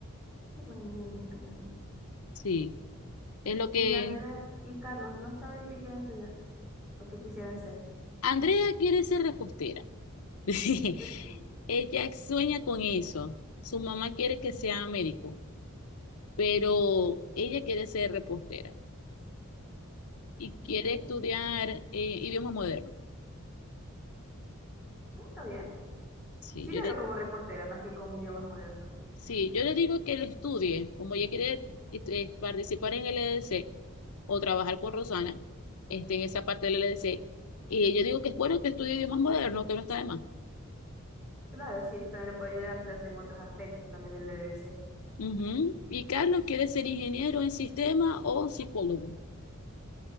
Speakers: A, in the centre; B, on the left.
A: Qué bonito.
B: Sí, es lo
A: Y
B: que
A: Andrés y Carlos no saben qué quieren estudiar o qué quisieran ser.
B: Andrea quiere ser repostera. <laughs>
A: De-
B: Ella sueña con eso. Su mamá quiere que sea médico, pero ella quiere ser repostera y
A: Mm,
B: quiere estudiar eh, idioma moderno.
A: está bien.
B: Sí,
A: Sí
B: yo
A: le
B: le,
A: veo como repostera, más que con idiomas modernos.
B: sí, yo le digo que lo estudie, como ella quiere este, participar en el EDC o trabajar con Rosana, este, en esa parte del EDC. Y yo digo que es bueno que estudie idiomas modernos, que no está de más.
A: Claro, sí, eso también le puede ayudar a ampliarse en otros aspectos también del DDC.
B: Ujú. Y Carlos quiere ser ingeniero en sistema o psicólogo.